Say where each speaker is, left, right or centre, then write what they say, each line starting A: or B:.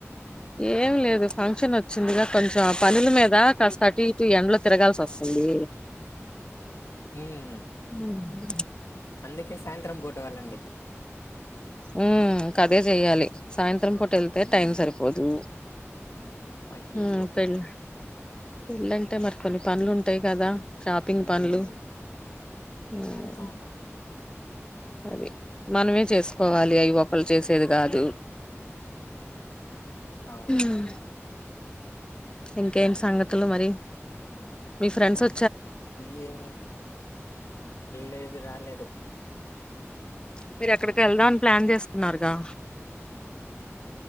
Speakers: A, on the left; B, on the left.
A: ఏం లేదు ఫంక్షన్ వచ్చిందిగా కొంచెం పనుల మీద కాస్త థర్టీ టు ఎండ్ లో తిరగాల్సి వస్తుంది
B: ఉమ్,
A: హ
B: అందుకే సాయంత్రం బోట వెళ్ళండి
A: ఉ ఇంకా అదే చెయ్యాలి సాయంత్రం సాయంత్రం పూట వెళ్తే
B: ఉమ్,
A: టైమ్ం సరిపోదు
B: అయ్యయ్యో
A: హ పేల పెళ్లంటే మరికొన్ని పనులు ఉంటాయి కద షాపింగ్
B: ఉమ్,
A: పనులు ఊమ్
B: అవునవును
A: అది మనమే చేసుకోవాలి అయి ఒకలు చేసేది కాదు
B: అవును
A: ఊమ్ ఇంకేం సంగతులు మరి మీ ఫ్రెండ్స్ వ
B: ఇ ఏం లేదు రాలేదు
A: మీరు ఎక్కడికి వెళ్దామని ప్లాన్ చేసుకున్నారుగా